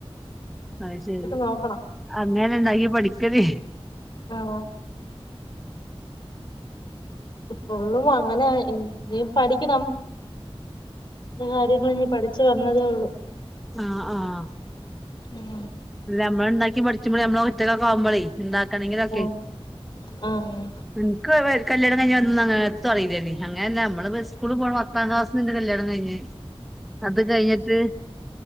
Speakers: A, in the centre; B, on the left (about 50°).
A: അയ്ശരി
B: നോക്കണം
A: അങ്ങനണ്ടാക്കി പഠിക്കല്.
B: ആഹ് ഫുള്ളും അങ്ങനായി ഉം നീം പഠിക്കണം പല കാര്യങ്ങൾ ഇനി പഠിച്ചു വരണതെയൊ ള്ളൂ
A: ആഹ് ആഹ്
B: ഉം
A: ല്ല നമ്മളിണ്ടാക്കി പഠിച്ചുമ്പഴേ നമ്മള കുട്ടികളക്ക ആവുമ്പഴെ ഇണ്ടാക്കണെങ്കിലൊക്കെ
B: ആഹ് ആഹ്
A: എനക്ക് <unintelligible> കല്യാണം കഴിഞ്ഞ് വന്ന എങ്ങാത്തും അറിയില്ലാരുന്ന് അങ്ങനാന്ന മ്മള് ബസ് സ്കൂള് പോണം പത്താം ക്ലാസ്സിന്നെന്റെ കല്ല്യാണം കഴിഞ്ഞ് അത് കയിഞ്ഞിട്ട്